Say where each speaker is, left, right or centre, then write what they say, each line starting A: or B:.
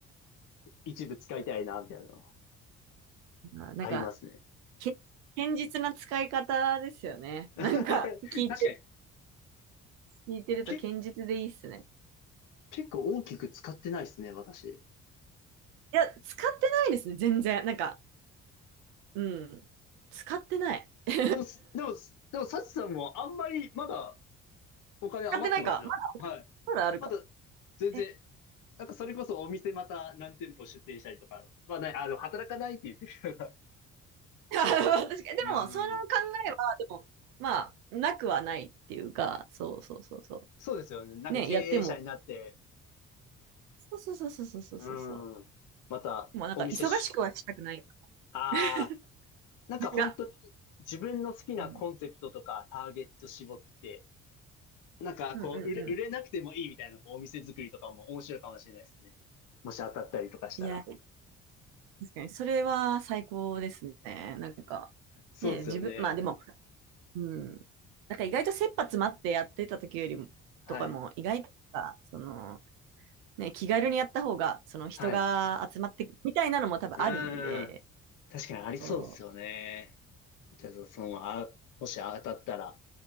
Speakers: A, on the left; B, on the right.
A: 一部使いたいな、みたいなの、
B: うん。あーなんか、
A: ありますね。
B: け、堅実な使い方ですよね。
A: <laughs> 確かに。
B: なんか、聞い聞いてると堅実でいいっすね。
A: け、結構大きく使ってないですね、私。
B: いや、使ってないですね、全然。なんか、うん。使ってない。<laughs> 使
A: でも、でも、でも、サチさんもあんまりまだお金余ってますよ。
B: ってないか。まだある、
A: はい。
B: まだあるか。
A: まだ、全然、
B: え
A: なんかそれこそお店また何店舗出店したりとかはない、あの、働かないって言ってる人が。
B: <laughs>、確かに。でも、
A: うー
B: その考えは、
A: ん。
B: でも、まあ、なくはないっていうか、そうそうそうそ
A: そうですよね。なんか経営者になって、
B: う。ね、やっても、そうそうそうそうそうそうそう。
A: うーん。またお店し、
B: でもなんか、忙しくはしたくない。
A: ああ、
B: 自
A: なんか本当に
B: 分が。
A: 自分の好きなコンセプトとかターゲット絞って、
B: うん。
A: なんかこう、
B: うんうんう
A: 売れ、売れなくてもいいみたいなこうお店作りとかも面白いかもしれないですね。もし当たったりとかしたら。
B: ん。いや、確かに、それは最高ですね。なんか、
A: そうですよね。
B: ね、自分、まあでも、うん。なんか意外と切羽詰まってやってた時よりも、
A: はい。
B: とかも、意外とさ、その、ね、気軽にやった方が、その人が集まってくみたいなのも多分あるんで、
A: はい。うーん。確かにありそうですよね。
B: そ
A: じゃあ、その、あ、もし当たったら、